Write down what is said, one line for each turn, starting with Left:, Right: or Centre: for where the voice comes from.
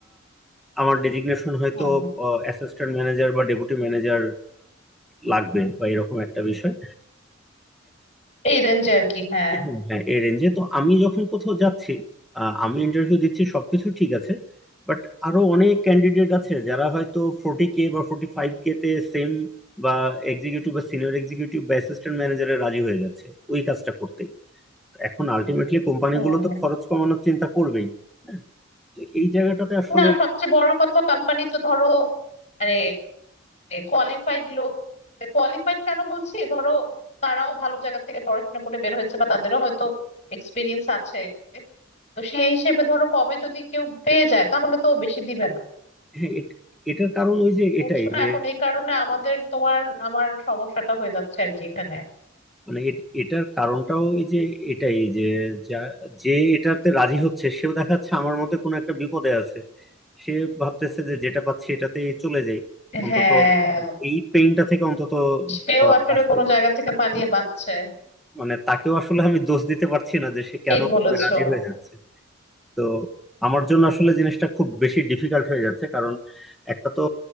Centre: আমার ডেজিগনেশন হয়তো
Left: হ্যাঁ
Centre: অ্যাসিস্ট্যান্ট ম্যানেজার বা ডেপুটি ম্যানেজার লাগবে বা এরকম একটা বিষয়
Left: এই রেঞ্জে আর কি হ্যাঁ
Centre: হ্যাঁ হ্যাঁ, এই রেঞ্জে তো আমি যখন কোথাও যাচ্ছি আহ, আমি ইন্টারভিউ দিচ্ছি সবকিছু ঠিক আছে বাট আরো অনেক ক্যান্ডিডেট আছে যারা হয়তো ফোর্টি কে বা ফোর্টি ফাইভ কে তে সেম বা এক্সিকিউটিভ বা সিনিয়র এক্সিকিউটিভ বা অ্যাসিস্ট্যান্ট ম্যানেজারে রাজি হয়ে যাচ্ছে ওই কাজটা করতে এখন আলটিমেটলি কোম্পানিগুলো
Left: হুম।
Centre: তো খরচ কমানোর চিন্তা করবেই হ্যাঁ, তো এই জায়গাটাতে আসলে
Left: না সবচেয়ে বড় কথা কোম্পানি তো ধরো মানে কোয়ালিফাইড লোক কোয়ালিফাইড কেন বলছি ধরো তারাও ভালো জায়গা থেকে পড়াশোনা করে বের হয়েছে বা তাদেরও হয়তো এক্সপিরিয়েন্স আছে তো সেই হিসেবে ধরো কমে যদি কেউ পেয়ে যায় তাহলে তো ও বেশি দিবে না
Centre: হ্যাঁ, এট- এটার কারণ ওই যে
Left: বুঝছো
Centre: এটাই
Left: না
Centre: যে
Left: এখন এই কারণে আমাদের তোমার আমার সমস্যাটা হয়ে যাচ্ছে আর কি এখানে
Centre: মানে এ- এটার কারণটাও এই যে এটাই যে যা- যে এটাতে রাজি হচ্ছে সেও দেখা যাচ্ছে আমার মতে কোনো একটা বিপদে আছে সে ভাবতেছে যে যেটা পাচ্ছি এটাতে চলে যাই অন্তত
Left: হ্যাঁ
Centre: এই পেইনটা থেকে অন্তত
Left: সেও
Centre: বা-
Left: আসলে
Centre: বাঁচতে
Left: কোনো
Centre: পারি
Left: জায়গা থেকে পালিয়ে বাঁচছে
Centre: মানে তাকেও আসলে আমি দোষ দিতে পারছি না যে সে
Left: ঠিক
Centre: কেন
Left: বলেছো
Centre: রাজি হয়ে যাচ্ছে তো আমার জন্য আসলে জিনিসটা খুব বেশি ডিফিকাল্ট হয়ে যাচ্ছে কারণ একটা তো